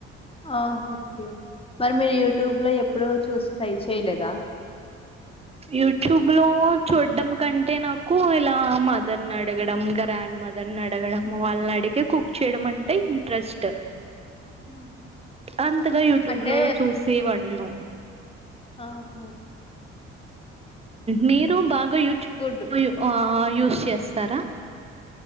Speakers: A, on the left (about 20°); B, on the right (about 20°).
A: ఆ ఓకే మరి మీరు యూట్యూబ్ లో ఎప్పుడుూ చూసి ట్రై చేయలేదా
B: యూట్యూబ్ లో చూడ్డం కంటే నాకు ఇలా మదర్ని అడగడం గ్రాండ్ మదర్ ఇద్దరిని అడగడం
A: మ్మ్.
B: వాళ్ళని అడిగే కుక్ చేయడం అంటే ఇంట్రెస్ట్
A: ఆహా.
B: అంతగా యూట్యూబ్
A: అంటే
B: లో చూసి వంను
A: ఆహో
B: మీరు బాగా యూట్యూబ్
A: గుడ్
B: అ యూస్ చేస్తారా